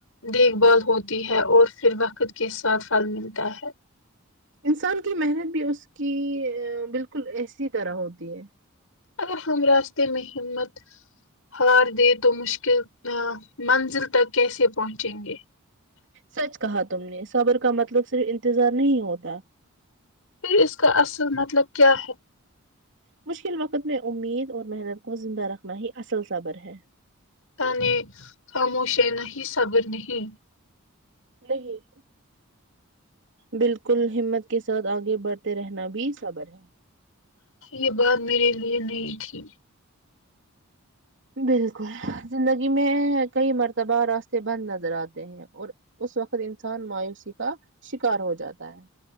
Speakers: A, on the left; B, on the right.
A: دیکھ بھال ہوتی ہے اور پھر وقت کے ساتھ پھل ملتا ہے
B: انسان کی محنت بھی اس کی بالکل ایسی طرح ہوتی ہے
A: اگر ہم راستے میں ہمت <unintelligible> ہار دے تو مشکل منزل تک کیسے پہنچیں گے <unintelligible>
B: سچ کہا تم نے صبر کا مطلب صرف انتظار نہیں ہوتا
A: پھر اس کا اصل مطلب کیا ہے
B: مشکل وقت میں امید اور محنت کو زندہ رکھنا ہی اصل صبر ہے
A: ت نے خاموشیانا ہی صابر نہیں <unintelligible>
B: نہیں <inaudible> بالکل ہمت کے ساتھ آگے بڑھتے رہنا بھی صبر ہے
A: یہ بات میرے لیے نہیں تھی
B: بالکل زندگی میں کئی مرتبہ راستے بند نظر آتے ہیں اور اس وقت انسان مایوسی کا شکار ہو جاتا ہے